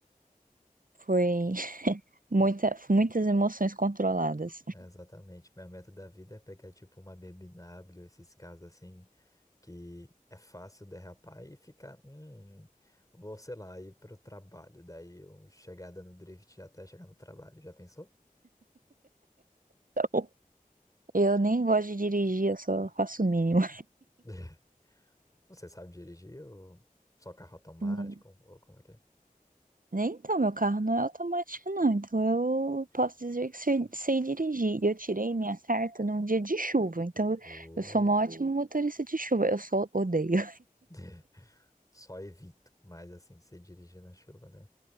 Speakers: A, on the right; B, on the left.
A: Foi <laughs> muita, muitas emoções controladas.
B: É, exatamente. Minha meta da vida é pegar, tipo, uma BMW, esses carros assim, que é fácil derrapar e ficar, hum, vou, sei lá, ir pro trabalho. Daí, eu chegar dando drift até chegar no trabalho. Já pensou?
A: <laughs> Eu nem gosto de dirigir, eu só faço o mínimo.
B: <laughs> Você sabe dirigir ou só carro automático?
A: <laughs>
B: Ou como é que é?
A: Nem então, meu carro não é automático, não. Então eu posso dizer que sei, sei dirigir. E Eu tirei minha carta num dia de chuva. Então eu-
B: Ou...
A: eu sou uma ótima motorista de chuva. Eu só odeio.
B: <laughs> Só evito, mas assim, você dirigir na chuva, né?